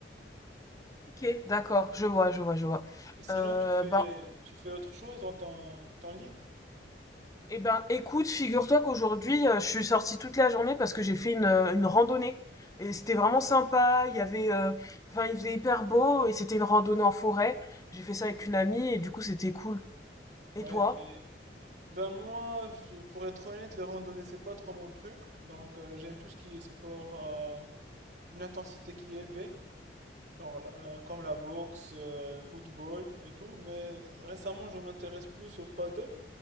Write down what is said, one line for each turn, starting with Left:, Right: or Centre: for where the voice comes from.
Left: Ok, d'accord, je vois, je vois, je vois.
Right: Et sinon,
Left: Euh,
Right: tu fais,
Left: ben,
Right: tu fais autre chose en temps, temps libre?
Left: eh ben, écoute, figure-toi qu'aujourd'hui, euh, je suis sortie toute la journée parce que j'ai fait une, euh, une randonnée. Et c'était vraiment sympa. Il y avait, euh, enfin, il faisait hyper beau et c'était une randonnée en forêt. J'ai fait ça avec une amie et du coup, c'était cool.
Right: Ouais,
Left: Et toi?
Right: et- ben moi, je- pour être honnête, les randonnées, c'est pas trop mon truc. Donc, euh, j'aime tout ce qui est sport à une intensité qui est élevée, genre la- euh, comme la boxe, euh, football et tout. Mais récemment, je m'intéresse plus au paddle.